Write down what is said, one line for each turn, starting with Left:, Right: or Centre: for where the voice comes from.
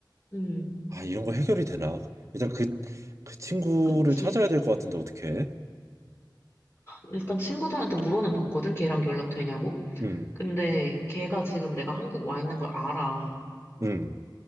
Left: 음.
Right: 아, 이런 거 해결이 되나? 일단 그, 그 친구를
Left: 그치.
Right: 찾아야 될 것 같은데, 어떡해?
Left: 일단 친구들한테 물어는 봤거든, 걔랑 연락되냐고?
Right: 응,
Left: 근데 걔가 지금 내가 한국 와 있는 걸 알아.
Right: 응,